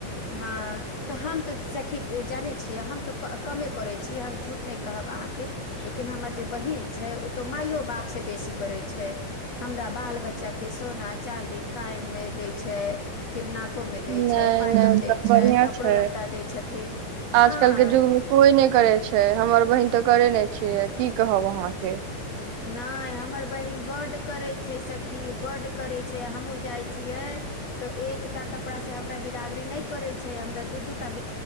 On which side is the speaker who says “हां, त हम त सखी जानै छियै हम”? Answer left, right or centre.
Left